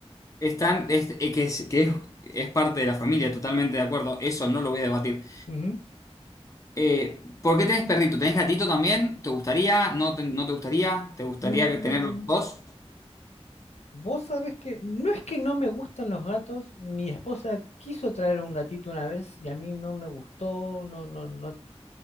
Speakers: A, on the left; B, on the left.
A: están, es- eh, que, es, que es, es parte de la familia, totalmente de acuerdo, eso no lo voy a debatir.
B: Ujú.
A: Eh, ¿por qué tenés perrito? ¿Tenés gatito también? ¿Te gustaría? ¿No te, no te gustaría? ¿Te gustaría
B: Mm,
A: que tener los dos?
B: vos sabés que no es que no me gustan los gatos, mi esposa quiso traer un gatito una vez y a mí no me gustó, no, no, no,